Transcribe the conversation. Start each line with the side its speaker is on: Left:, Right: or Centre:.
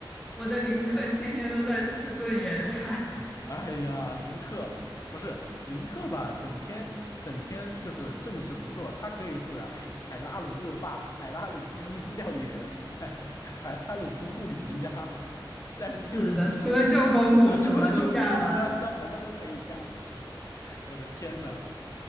Centre: 我的林克天天都在吃炖野菜，
Left: 哎呀，林克不是林克吧？整天整天就是正事不做，他可以是海海拉鲁恶霸、海拉鲁第一料理人、<laughs> 海海拉鲁徒步旅行家，<laughs>
Centre: <laughs>
Left: 但是就是不是去
Centre: 是的，除了救公主什么都干完，
Left: <laughs> 啊，除了救公主之外，他什么都可以干。我的天呐，